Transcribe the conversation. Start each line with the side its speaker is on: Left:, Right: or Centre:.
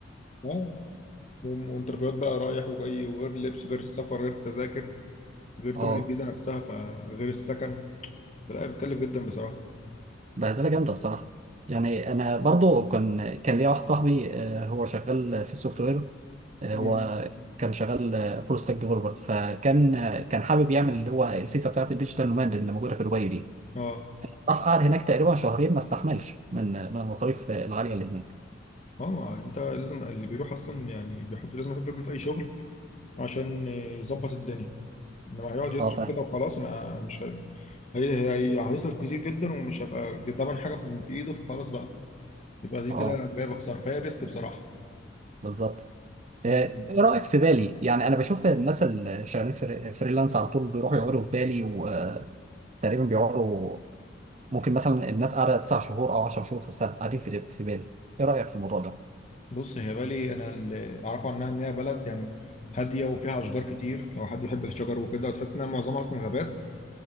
Left: اه وم- وانترفيوهات بقى رايح وجاي وغير اللبس غير السفر غير التذاكر غير
Right: اه
Left: تمن الفيزا نفسها فغير السكن فلا بتكلف جدا بصراحة
Right: بهدله جامده بصراحه يعني انا برضو كان كان ليا واحد صاحبي آه، هو شغال في السوفت وير وكان
Left: مم.
Right: شغال فول ستاك ديفلوبر فكان آه، كان حابب يعمل اللي هو الفيزا بتاعت الديجيتال نوماد اللي موجوده في دبي دي
Left: اه
Right: راح قعد هناك تقريبا شهرين ما استحملش من من المصاريف العاليه اللي هناك
Left: اه ما انت لازم اللي بيروح اصلا يعني بيحط لازم يحط رجله في اي شغل عشان يظبط الدنيا انما هيقعد يصرف
Right: اه فاهم
Left: كده وخلاص ما مش هي... هي... هي... هيصرف كتير جدا ومش هيبقى ضامن حاجه في في ايده فخلاص بقى يبقى دي
Right: اه
Left: كده جايبه خساره فهي ريسك بصراحه
Right: بالظبط
Left: مم.
Right: آه، ايه رايك في بالي يعني انا بشوف الناس اللي شغالين فري- فريلانس على طول بيروحوا يقعدوا في بالي وتقريبا بيقعدوا ممكن مثلا الناس قاعده تسع شهور او 10 شهور في السنه قاعدين في في بالي ايه رايك في الموضوع ده
Left: بص هي بالي انا اللي اعرفه عنها ان هي بلد يعني هاديه وفيها اشجار كتير لو حد يحب الشجر وكده وتحس انها معظمها اصلا غابات